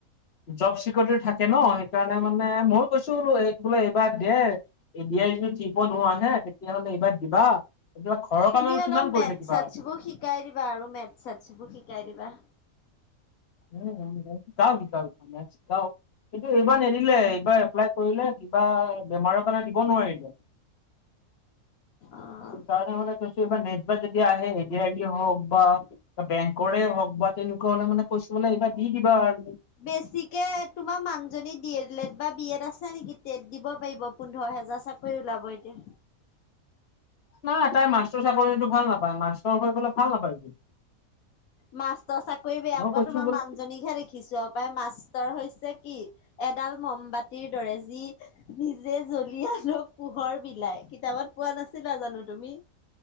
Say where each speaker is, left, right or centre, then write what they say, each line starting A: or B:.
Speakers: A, on the left; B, on the left.
A: জব চিকিউৰিটিটো থাকে ন' সেইকাৰণে মানে ময়ো কৈছো বোলো এইক বোলে এইবাৰ দে। এ দি আৰ ই যদি থ্ৰী পইণ্ট অ' আহে তেতিয়াহলে এইবাৰ দিবা। এইবিলাক ঘৰৰ
B: তুমি
A: কাম আৰু
B: অলপ
A: কিমান কৰি
B: মেথ
A: থাকিবা
B: ছেটচ
A: আৰু
B: বোৰ শিকাই দিবা আৰু মেথ ছেটচ বোৰ শিকাই দিবা।
A: উম, উম, শিকাম শিকাম মেটচ শিকাওঁ। কিন্তু এইবাৰ নিদিলে এইবাৰ এপ্লাই কৰিলে কিবা বেমাৰৰ কাৰণে দিব নোৱাৰিলে।
B: অ'।
A: সেইকাৰণে মানে কৈছোঁ এইবাৰ নেক্সট বাৰ যদি আহে এদি আৰ ই এ হওক বা বেংকৰে হওক বা তেনেকুৱা হলে মানে কৈছো বলে এইবাৰ দি দিবা আৰু।
B: বেছিকে তোমাৰ মানুহজনী ড এল এড বা বি এড আছে নেকি, টেট দিব পাৰিব। পোন্ধৰ হেজাৰ চাকৰি ওলাব এতিয়া।
A: নাই তাই মাষ্টৰ চাকৰিটো ভাল নাপায় মাষ্টৰ হৈ পেলাই ভাল নাপায় বোলে।
B: মাষ্টৰ চাকৰি বেয়া
A: মই
B: পোৱা
A: কৈছো
B: তোমাৰ
A: বোলে
B: মানুজনীকহে দেখি চু আৰু পাই মাষ্টৰ হৈছে কি এডাল মমবাতিৰ দৰে যি নিজে জ্বলি আনক পোহৰ বিলাই, কিতাপত পোৱা নাছিলা জানো তুমি?